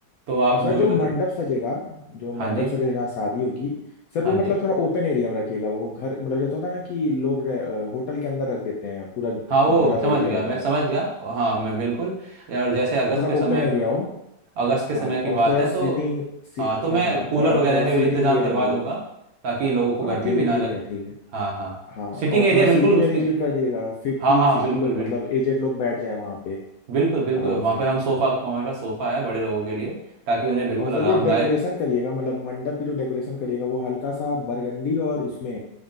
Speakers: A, on the right; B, on the left.
A: तो आप
B: और सर
A: जो भी
B: जो
A: बता
B: मंडप सजेगा जो
A: हाँ
B: मंडप
A: जी
B: सजेगा जहाँ शादी होगी सर
A: हाँ
B: वो मतलब
A: जी
B: थोड़ा ओपन एरिया में रखिएगा वो घर मतलब जैसे होता है ना कि लोग रह- अ, होटल के अंदर रख देते हैं पूरा
A: हाँ वो
B: भरा हुआ
A: समझ
B: एरिया
A: गया
B: रहता
A: मैं समझ
B: है
A: गया हाँ मैं बिल्कुल और जैसे अगस्त
B: थोड़ा
A: के समय
B: ओपन एरिया हो
A: अगस्त के
B: हाँ
A: समय की
B: और
A: बात
B: थोड़ा
A: है
B: सीटिंग
A: तो
B: सी,
A: हाँ तो मैं
B: हाँ हाँ
A: कूलर
B: थोड़ा और
A: वगैरह
B: थोड़ा
A: के भी
B: सीटिंग
A: इंतजाम
B: अरेंज
A: करवा
B: हो
A: दूंगा ताकि लोगों को
B: हाँ
A: गर्मी
B: ठीक
A: भी
B: है
A: ना
B: ठीक
A: लगे
B: है ठीक है
A: हाँ हाँ
B: हाँ
A: सिटिंग
B: और
A: एरिया
B: थोड़ा सीटिंग
A: बिल्कुल उसकी
B: अरेंज भी कर दिएगा फिफ्टी
A: हाँ हाँ
B: सिक्सटी
A: बिल्कुल
B: लोग
A: बिल्कुल
B: मतलब एजेड लोग बैठ जाए वहाँ पे
A: बिल्कुल बिल्कुल
B: आराम
A: वहाँ
B: से
A: पे हम सोफा हमारे पास सोफा है बड़े लोगों के लिए ताकि उन्हें बिल्कुल
B: और सर
A: आरामदायक
B: जो डेकोरेशन करिएगा मतलब मंडप की जो डेकोरेशन करिएगा वो हल्का सा बरगंडी और उसमें